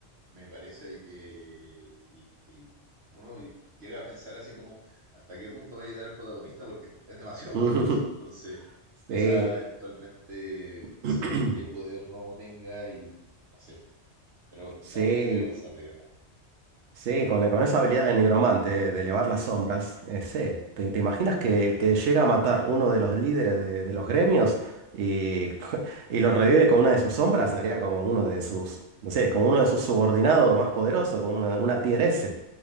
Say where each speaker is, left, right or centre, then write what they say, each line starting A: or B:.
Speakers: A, on the right (about 65°); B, on the right (about 80°).
A: me parece que el- el- uno llega a pensar así como hasta qué punto va a llegar el protagonista porque es demasiado
B: <laughs>
A: <laughs> poderoso, entonces quizás
B: Sí,
A: eventualmente, quizás
B: <clears throat>
A: qué poder nuevo tenga y no sé, pero
B: sí.
A: da mucho que pensar, digamos,
B: Sí, con, con esa habilidad de nigromante, de elevar las sombras, eh, sí. ¿Te, te imaginas que, que llega a matar uno de los líderes de, de los gremios y, <laughs> y lo revive con una de sus sombras? Sería como uno de sus, no sé, como uno de sus subordinados más poderosos, como una, una tier S.